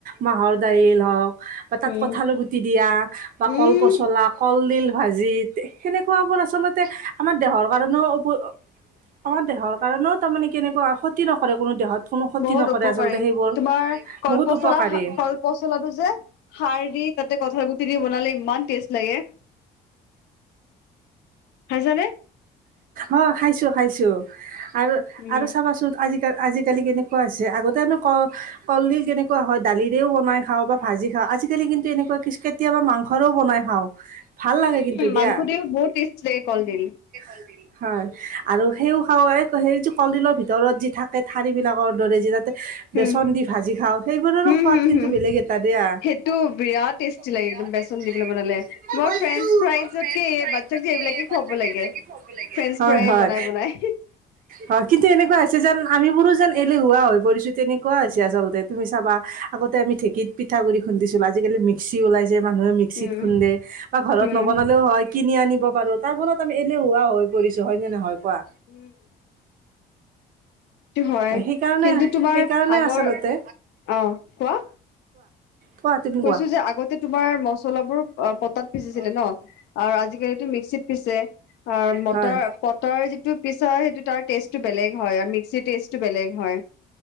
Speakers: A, on the right; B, on the left.
A: মাহৰ দাইল হওঁক। বা তাত
B: উম
A: কঠাল গুটি দিয়া বা
B: উম
A: কল পচলা, কলডিল। ভাজিত যেনেকুৱাবোৰ আচলতে আমাৰ দেহৰ কাৰণেও অ', আমাৰ দেহৰ কাৰণেও তাৰমানে কেনেকুৱা হয়, ক্ষতি নকৰে কোনো দেহত। কোনো ক্ষতি
B: বহুত
A: নকৰে
B: উপকাৰী
A: আচলতে সেইবোৰ
B: তোমাৰ কলপচলা,
A: বহুত উপকাৰী
B: কলপচলাটো যে সাৰ দি। তাতে কঁঠালগুটি দি বনালে ইমান টেষ্ট লাগে জানে খাইছা নে?
A: অ', খাইছোঁ, খাইছোঁ আৰু,
B: উম
A: আৰু চাবাচোন আজিকাল আজিকালি কেনেকুৱা হৈছে, আগতে আমি ক-কলডিল কেনেকুৱা হয় দালিৰেও বনাই খাওঁ বা ভাজি খাওঁ। আজিকালি কিন্তু এনেকুৱা কিছ-কেতিয়াবা মাংসৰেও বনাই খাওঁ। ভাল
B: উম,
A: লাগে কিন্তু দিয়া
B: মাংসদিও বহুত টেষ্টি লাগে কলডিল।
A: হয়, আৰু সেইও খাব পাৰে সেই যি কলডিলৰ ভিতৰত যি থাকে ঠাৰি বিলাকৰ দৰে যি।
B: হম
A: বেচন দি ভাজি খাওঁ, সেইবোৰৰো
B: হম
A: সোৱাদ
B: হম
A: কিন্তু
B: হম
A: বেলেগ এটা দিয়া।
B: সেইটো বিৰাট টেষ্টি লাগে
A: বিৰাট
B: একদম বেচন
A: টেষ্টি
B: দি
A: লাগে
B: পেলাই বনালে
A: এইটো খাই,
B: তোমাৰ
A: মই
B: ফ্ৰেঞ্চ ফ্ৰাইজতকে
A: ফ্ৰেঞ্চ-ফ্ৰাইজকে
B: এই বাচ্ছাক যে এইবিলাকে খুৱাব লাগে
A: এই <unintelligible>
B: ফ্ৰেঞ্চ
A: হয়,
B: ফ্ৰাই
A: হয়,
B: বনাই বনাই
A: হয় কিন্তু এনেকুৱা হৈছে যেন আমিবোৰো যেন এলেহুৱা হৈ পৰিছো তেনেকুৱা হৈছে, আচলতে তুমি চাবা আগতে আমি ঢেঁকীত পিঠাগুৰি খুন্দিছিলো। আজিকালি মিক্সি উলাইছে, মানুহে
B: উম
A: মিক্সিত খুন্দে বা ঘৰত
B: উম
A: নবনালেও হয় কিনি আনিব। পাৰোঁ, তাৰ ফলত আমি এলেহুৱা হৈ পৰিছো হয় নে নহয়? কোৱা
B: উম, হয়,
A: সেইকাৰণে
B: কিন্তু তোমাৰ
A: সেইকাৰণে
B: আগৰ
A: আচলতে
B: আহ, কোৱা?
A: কোৱা তুমি
B: কৈছো
A: কোৱা
B: যে আগতে তোমাৰ মছলাবোৰ অ', পতাত পিচিছিলে
A: অ
B: ন আজিকালোটো মিক্স। পিছে মটাৰ-পটাৰ
A: হয়।
B: যিটো পিছা সেইটো তাৰ টেষ্টটো বেলেগ হয় আৰু মিক্সিৰ টেষ্ট। বেলেগ হয়,